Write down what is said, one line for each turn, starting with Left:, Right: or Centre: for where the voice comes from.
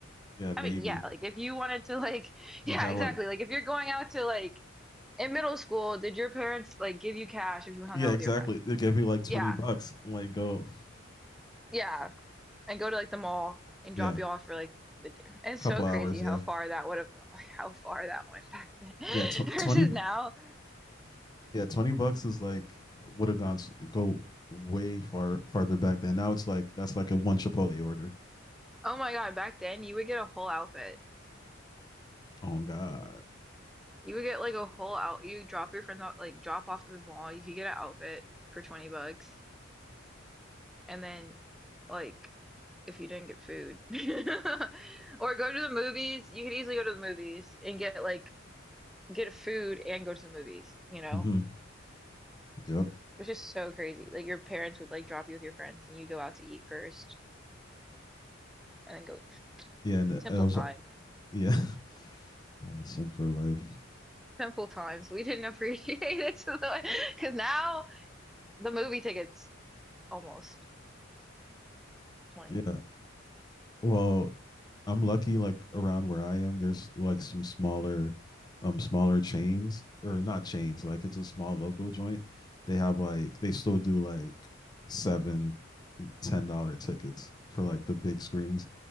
Left: Yeah, maybe.
Centre: I mean, yeah, like if you wanted to like <laughs>
Left: You'd
Centre: yeah,
Left: have
Centre: exactly.
Left: like,
Centre: Like if you're going out to like in middle school, did your parents like give you cash if you hung
Left: yeah,
Centre: out
Left: exactly.
Centre: with your friend?
Left: They'd give you like 20
Centre: Yeah.
Left: bucks. Like, go.
Centre: Yeah. And go to like the mall and
Left: Yeah.
Centre: drop you off for like the day. It's
Left: Couple
Centre: so crazy
Left: hours.
Centre: how
Left: Yeah.
Centre: far that would have gone, <laughs> how far that went back then
Left: Yeah. Tw-
Centre: <laughs> versus
Left: 20. bu-
Centre: now.
Left: Yeah. 20 bucks is like, would have gone, s- go way far, farther back then. Now it's like, that's like a one Chipotle order.
Centre: Oh my God, back then you would get a whole outfit.
Left: Oh, God.
Centre: You would get like a whole out you drop your friends out, like drop off to the mall, you could get an outfit for 20 bucks and then like if you didn't get food. <laughs> Or go to the movies. You could easily go to the movies and get like get food and go to the movies, you know?
Left: Mm-hmm. Yep.
Centre: It's just so crazy. Like your parents would like drop you with your friends and you go out to eat first and then go
Left: yeah, and
Centre: simple
Left: I was
Centre: time.
Left: yeah, <laughs> uh, simpler life.
Centre: Simple times. We didn't appreciate it <laughs> because now the movie ticket's almost 20.
Left: Yeah. Well, I'm lucky like around where I am, there's like some smaller um smaller chains or not chains, like it's a small local joint. They have like they still do like seven, ten dollar tickets for like the big screens.